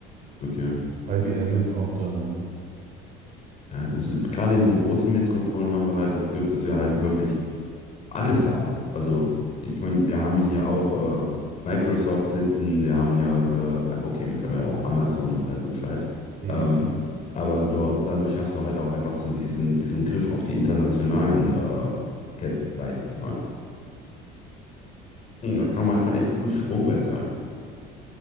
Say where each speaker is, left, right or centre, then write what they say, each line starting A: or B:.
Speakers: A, on the left; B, on the right.
A: Okay.
B: IBM ist auch da,
A: Ja, das ist, gerade in so großen Metropolen haben wir halt das Glück, dass wir halt wirklich alles haben. Also, ich meine, wir haben hier auch äh, Microsoft sitzen, wir haben hier, äh, okay, mittlerweile auch Amazon und all so ein Scheiß.
B: ähm,
A: Ähm, aber do, dadurch hast du halt auch einfach so diesen, diesen Griff auf die internationalen äh, Ketten, sage ich jetzt mal. Hm, Das kann manchmal echt ein gutes Sprungbrett sein,